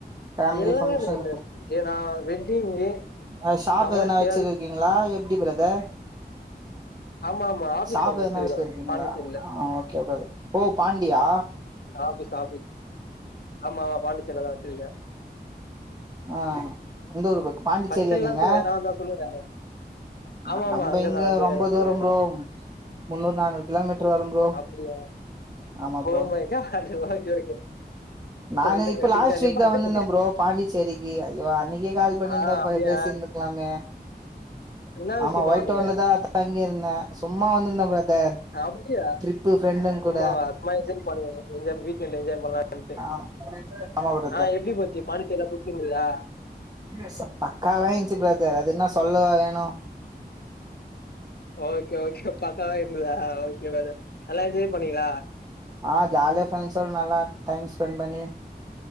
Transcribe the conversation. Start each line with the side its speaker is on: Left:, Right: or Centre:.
Right: ஃபேமிலி
Left: எல்லாமே
Right: ஃபங்க்ஷன்
Left: பண்றே ஏனா வெட்டிங்கு
Right: அ ஷாப்பு
Left: கமர்ஷியல்
Right: எதன வச்சிட்டு இருக்கீங்களா எப்டி பிரதர்
Left: ஆமா ஆமா ஆபீஸ்
Right: ஷாப்பு
Left: ஒண்ணு வச்சிருக்கேன்
Right: என்ன வெச்சிட்டு இருக்கீங்களா
Left: பாண்டிச்சேரியில
Right: ஆ ஓகே பிரதர் ஓ பாண்டியா
Left: ஆஃபீஸ் ஆஃபீஸ் ஆமா பாண்டிச்சேரி ல தான வச்சிருக்கே
Right: ஆ எந்த ஊரு பக்கோ பாண்டிச்சேரியா
Left: ஃபங்க்ஷன்லாம்
Right: நீங்க
Left: சொல்ல நான் தான் சொல்லுங்க
Right: அ
Left: ஆமா
Right: நம்ப
Left: ஆமா அங்கதான்
Right: இங்க
Left: அந்த ஏரியா
Right: ரொம்ப
Left: தான் அந்த
Right: தூரம்
Left: ஏரியா
Right: ப்ரோ
Left: தான்
Right: முன்னூறு நானூறு கிலோமீட்டர் வரும் ப்ரோ
Left: அப்படியா
Right: ஆமா bro
Left: ஓ my God okay okay
Right: நானு
Left: விடுங்க
Right: இப்போ
Left: ஃபிட்டானே
Right: லாஸ்ட் வீக்
Left: பாத்துக்கங்க
Right: தா வந்திருதே ப்ரோ பாண்டி செரிக்கு ஐயோ அன்னைக்கே கால் பண்ணியிருந்தா
Left: ஆ அப்படியா
Right: பே பேசியிருந்துக்கலாமே
Left: என்ன
Right: ஆமா
Left: விஷயமா
Right: ஒயிட்
Left: வந்தீங்க
Right: டவுன்ல தா தங்கியிருந்தே சும்மா வந்திருந்தே பிரதர்
Left: அப்டியா
Right: ட்ரிப்பு ஃப்ரெண்டுங்
Left: சும்மா
Right: கூட
Left: அசமா என்ஜாய் பண்ணலானு வீக் என்ட் என்ஜாய் பண்ணலாம்டு
Right: ஆ ஆமா பிரத
Left: ஆ எப்டி போச்சு பாண்டி சேரில்லா புடிச்சி இருந்துச்சா
Right: சா பக்காவா இருச்சு ப்ரோ அது அது என்ன சொல்லவா வேணு
Left: ஓகே ஓகே பக்காவா இருந்ததா ஓகே நல்லா என்ஜாய் பண்ணீங்களா
Right: ஆ ஜாலியா ஃப்ரெண்ட்ஸோட நல்லா டைம் ஸ்பெண்ட் பண்ணி